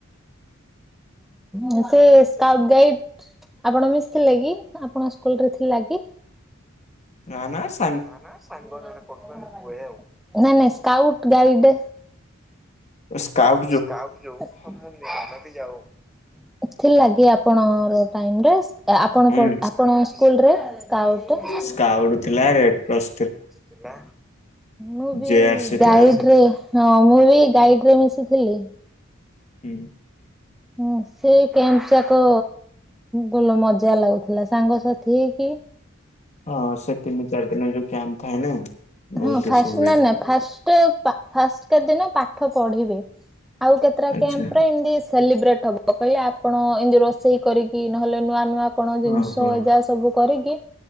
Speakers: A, in the centre; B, on the left (about 35°).
A: ହୁଁ ସେ ସ୍କାଉଟ ଗାଇଡ। ଆପଣ ମିଶିିଥିଲେ କି ଆପଣଙ୍କ ସ୍କୁଲରେ ଥିଲା କି?
B: ନା ନା ସେ
A: ନା ନା ସାଙ୍ଗ ଜଣେ ପଢୁଥିଲା ମତେ କୁହେ ଆଉ।
B: ଏ ସ୍କାଉ
A: ସ୍କାଉଟ ଯୋଉ ମୁଁ <unintelligible> ଯାଉ ଏଥିର୍ ଲାଗି ଆପଣଙ୍କର ଟାଇମ୍ ଟା ଆପଣ
B: ହୁଁ
A: ପ ଆପଣଙ୍କ ସ୍କୁଲରେ ସ୍କାଉଟ
B: ସ୍କାଉଟ ଥିଲା ରେଡ କ୍ରସ
A: ଥିଲା ମୁଁ ବି
B: ଜେ ଆର ସି
A: ଗାଇଡରେ
B: ଥିଲା।
A: ହଁ ଗାଇଡରେ ମିଶିି ଥିଲି।
B: ହୁଁ।
A: ହଁ ସେଇ କ୍ୟାମ୍ପ ଯାକ ଭଲ ମଜା ଲାଗୁଥିଲା ସାଙ୍ଗସାଥି ହେଇକି
B: ହଁ ସେ ତିନି ଚାରି ଦିନେରେ ଯୋଉ କ୍ୟାମ୍ପ ଥାଏ ନା ବହୁତ
A: ହଁ
B: କିଛି
A: ଫା
B: ହୁଏ।
A: ନା ନା ଫାଷ୍ଟ ଫାଷ୍ଟ କେତେ ଦିନ ପାଠ ପଢିବେ। ଆଉ କେତେଟା
B: ଆଚ୍ଛା
A: କ୍ୟାମ୍ପରେ ଏମିତି ସେଲିବ୍ରେଟ ହବ। ମୁଁ କହିଲି ଆପଣ ଏନ୍ତି ରୋଷେଇ କରିକି ନହେଲେ ନୂଆ ନୂଆ କଣ ଜିନିଷ
B: ହଁ ହଁ
A: ଏ ଯା ସବୁ କରିକି